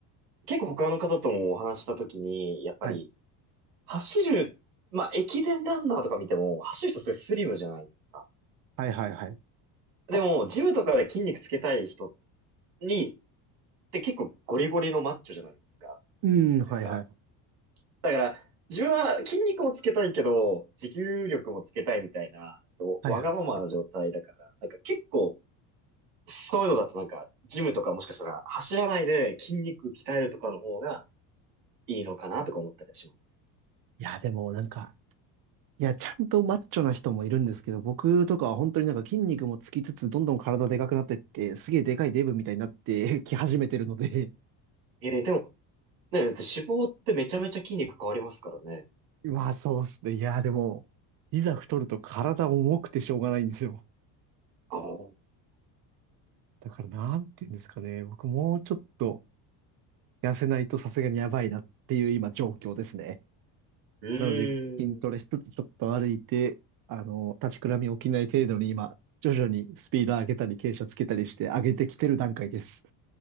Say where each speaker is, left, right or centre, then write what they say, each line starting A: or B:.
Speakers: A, on the right; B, on the right.
A: 結構他の方ともお話したときに、やっぱり、
B: はい。
A: 走る、まあ、駅伝ランナーとか見ても、走る人すごいスリムじゃないですか。
B: はいはいはい。
A: でも、ジムとかで筋肉つけたい人に、って結構ゴリゴリのマッチョじゃないですか。
B: うん、
A: なんか、
B: はいはい。
A: だから、自分は筋肉もつけたいけど、持久力もつけたいみたいな、ちょっとわがままな状態だから、
B: はいはい。
A: なんか結構、そういうのだとなんか、ジムとかもしかしたら走らないで筋肉鍛えるとかの方がいいのかなとか思ったりはします
B: いや、でもなんか、いや、ちゃんとマッチョな人もいるんですけど、僕とかは本当になんか筋肉もつきつつ、どんどん体でかくなってって、すげえでかいデブみたいになって <laughs> き始めてるので、
A: ね。えー、でも、ね、だって脂肪ってめちゃめちゃ筋肉変わりますからね。
B: まあそうっすね。いや、でも、いざ太ると体重くてしょうがないんですよ。
A: あ、う
B: だからなんて言うんですかね。僕もうちょっと痩せないとさすがにやばいなっていう今状況ですね。
A: ー
B: なので筋トレしつつちょっと歩いて、
A: ん。
B: あの、立ちくらみ起きない程度に今、徐々にスピード上げたり傾斜つけたりして上げてきてる段階です。